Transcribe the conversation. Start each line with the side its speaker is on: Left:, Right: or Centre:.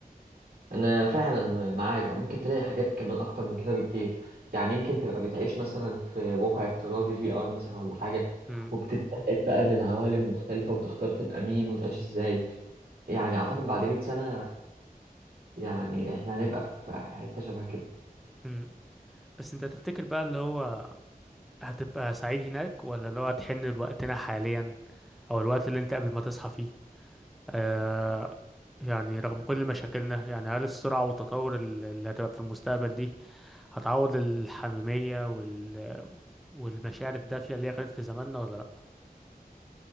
Right: انا فعلا معاك او ممكن تلاقي حاجات كمان اكتر من كده بكتير يعني يمكن تبقى بتعيش مثلا في واقع افتراضي في ار مثلا ولا حاجة
Centre: مم.
Right: وبتتنقل بقى بين عوالم مختلفة وتختار تبقى مين وتعيش ازاي يعني اعتقد بعد 100 سنة يعني احنا هنبقى في حتة شبه كده
Centre: مم. بس انت تفتكر بقى اللي هو هتبقى سعيد هناك ولا لو هتحن لوقتنا حاليا او الوقت اللي انت قبل ما تصحى فيه آه يعني رغم كل مشاكلنا يعني هل السرعة والتطور ال- اللي هتبقى في المستقبل دي هتعوض الحميمية وال... والمشاعر الدافية اللي هي كانت في زماننا ولا لأ؟